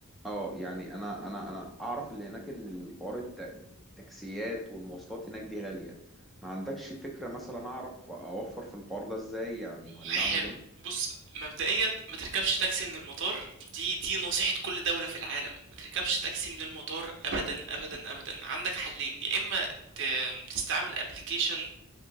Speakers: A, in the centre; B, on the right (about 60°).
A: اه يعني انا انا انا اعرف اللي هناك ان الحوار الت- التاكسيات والمواصلات هناك دي غالية ما عندكش فكرة مثلا اعرف اوفر في الحوار ده ازاي يعني ولا
B: حلو
A: اعمل ايه
B: بص مبدئيا ما تركبش تاكسي من المطار دي دي نصيحة كل دولة في العالم ما تركبش تاكسي من المطار ابدا ابدا ابدا عندك حلين يا اما ت- تستعمل ابلكيشن